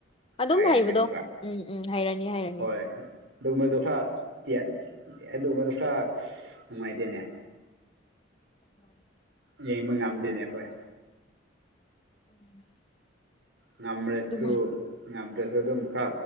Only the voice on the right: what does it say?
ꯍꯥꯏꯔꯅꯤ
ꯑꯃꯨꯛꯀ
ꯍꯣꯏ ꯑꯗꯨꯒꯨꯝꯕꯗꯣ ꯈꯔ <unintelligible> ꯑꯗꯨꯒꯨꯝꯕꯗꯣ ꯈꯔ ꯅꯨꯡꯉꯥꯏꯇꯦꯅꯦ꯫
ꯌꯦꯡꯕ ꯉꯝꯗꯦꯅꯦ ꯑꯩꯈꯣꯏ꯫
ꯉꯝꯔꯁꯨ
ꯉꯝꯗ꯭ꯔꯁꯨ ꯑꯗꯨꯝ ꯈ꯭ꯔ